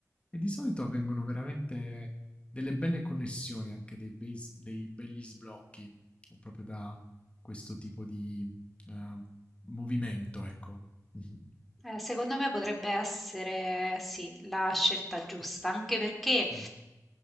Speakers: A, on the left (about 20°); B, in the centre.
A: e di solito avvengono veramente delle belle connessioni, anche dei, bei s- dei begli sblocchi, proprio da questo tipo di eh, movimento, ecco. Mhm.
B: Eh, secondo me potrebbe essere sì, la scelta giusta, anche perché
A: Mm,